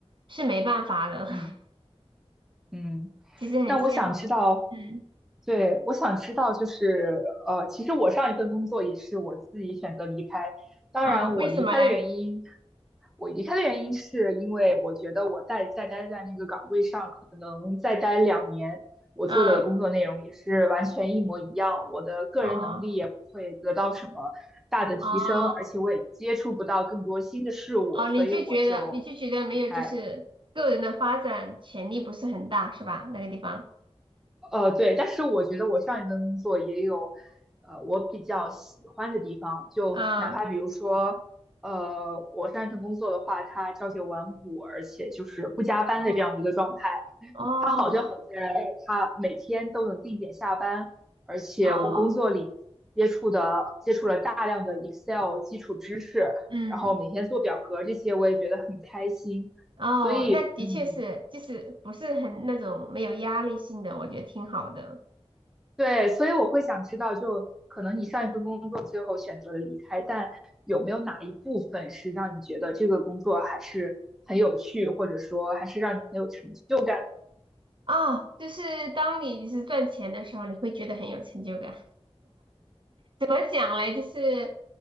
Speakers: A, on the right; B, in the centre.
A: 是没办法的。<laughs>
B: 嗯嗯。
A: 其实很羡慕，
B: 那我想知道，
A: 嗯，
B: 对，我想知道，就是呃，其实我上一份工作也是我自己选择离开。当然，
A: 哦，为什么嘞？
B: 我离开的原因，我离开的原因是因为我觉得我待再待在那个岗位上。再待两年，我做的工作内容也是完全一模一样，
A: 嗯，
B: 我的个人能力也不会得到什么大的提升，
A: 哦哦
B: 而且我也接触不到更多新的事物，
A: 哦，
B: 所以我就离开。
A: 你就觉得你就觉得没有，就是个人的发展潜力不是很大，是吧？那个地方，
B: 呃，对，但是我觉得我上一份工作也有，呃，我比较喜欢的地方，就哪怕比如说，
A: 嗯。
B: 呃，我上一份工作的话，它朝九晚五，而且就是不加班的这样一个状态。
A: 哦哦
B: 他好就好在他每天都能定点下班，而且我工作里接触的接触了大量的
A: 哦，
B: Excel 基础知识，
A: 嗯，
B: 然后每天做表格这些，我也觉得很开心。
A: 哦，
B: 所以，
A: 那的确是，
B: 嗯，
A: 就是不是很那种没有压力性的，我觉得挺好的。
B: 对，所以我会想知道，就可能你上一份工作最后选择了离开，但有没有哪一部分是让你觉得这个工作还是很有趣，或者说还是让你很有成就感？
A: 哦，就是当你就是赚钱的时候，你会觉得很有成就感。怎么讲嘞？就是，